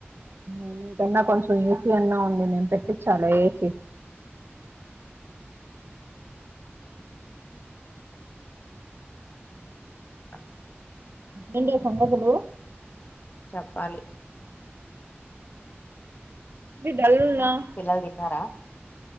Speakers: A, on the right; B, on the left.
A: ఆ మీకన్నా కొంచెం ఏ సి అన్నా ఉంది నేను పెట్టించాలా ఏ సి
B: అ
A: ఏంటి సంగతులు
B: చెప్పాలి
A: డల్ ఉన్నావ్
B: పిల్లలు తిన్నారా